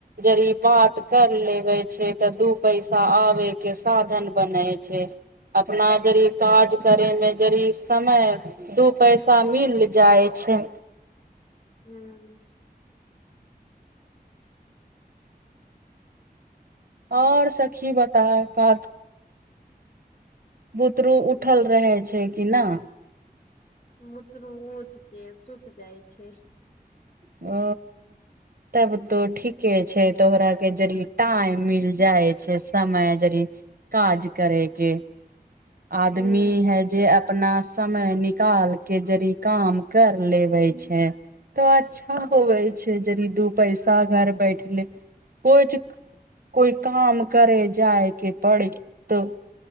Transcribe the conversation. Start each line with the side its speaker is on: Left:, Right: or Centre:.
Right: जड़ि बात कर लेबे छै तऽ दू पैसा आबेै के साधन बनै छै अपना जड़ि काज करेै मे जड़ि समय दू पैसा मिल जाय छै।
Left: हम
Right: और सखी बता का बुतरू उठल रहे छै कि नहि
Left: बुतरू ऊठ के सुत जाई छै
Right: ओ। तब तो ठीके छै त ओकरा आर के जड़ि टाएम मिल जाय छै समय जड़ि काज करेके आदमी
Left: हूँ
Right: है जे अपना समय निकाल के जड़ि काम कर लेबे छै तऽ अच्छा होवै छै जड़ि दू पैसा घर बैठले कोए छै कोय काम करे जायके पड़ी तऽ